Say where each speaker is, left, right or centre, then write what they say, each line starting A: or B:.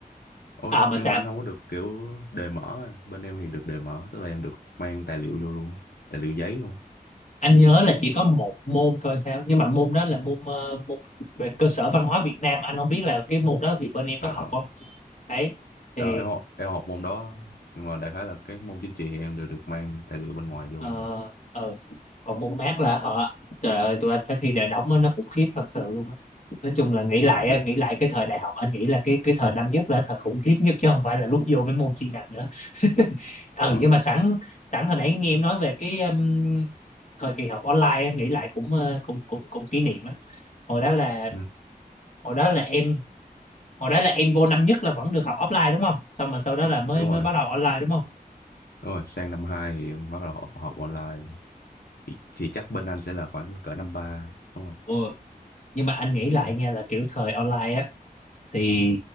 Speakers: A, on the left; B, on the left.
A: ôi
B: À mà
A: nhưng
B: sao
A: mà anh không có được kiểu đề mở anh. bên em thì được đề mở tức là em được mang tài liệu vô luôn tài liệu giấy luôn
B: anh nhớ là chỉ có một môn thôi sao? Nhưng mà môn đó là môn ờ, môn về cơ sở văn hóa Việt Nam, anh không biết là cái môn đó thì bên em
A: ờ
B: có học
A: ờ.
B: không? Đấy thì
A: Ờ, em học em học môn đó nhưng mà đại khái là các môn chính trị thì em đều được mang tài liệu bên ngoài vô
B: ờ, ờ, còn môn mát là họ trời ơi tụi anh phải thi đại đóng á, nó cũng khiếp thật sự luôn á nói chung là nghĩ lại
A: ok
B: á, nghĩ lại cái thời đại học anh nghĩ là cái cái thời năm nhất là thời khủng khiếp nhất chứ không phải là lúc vô mấy môn chuyên ngành nữa <laughs> ừ
A: ờ
B: nhưng mà sẵn sẵn hồi nãy nghe em nói về cái um, thời kỳ học online á, nghĩ lại cũng ờ, cũng cũng cũng kỷ niệm á hồi đó là
A: ừ,
B: hồi đó là em hồi đó là em vô năm nhất là vẫn được học offline đúng không xong mà sau đó là mới
A: đúng
B: mới
A: rồi
B: bắt đầu online đúng không
A: Đúng rồi, sang năm 2 thì em bắt đầu học, học online thì, thì chắc bên anh sẽ là khoảng cỡ năm 3 đúng không?
B: ừ nhưng mà anh nghĩ lại nha là kiểu thời online á thì